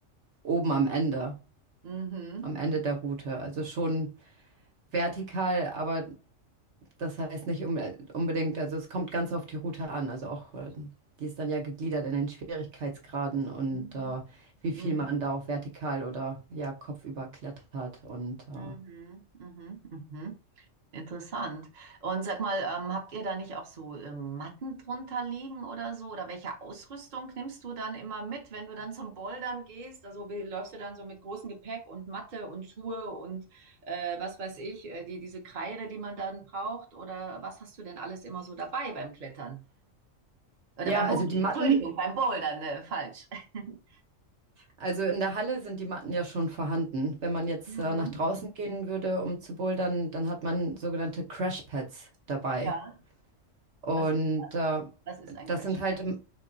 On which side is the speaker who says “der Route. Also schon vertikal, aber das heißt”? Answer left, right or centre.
Right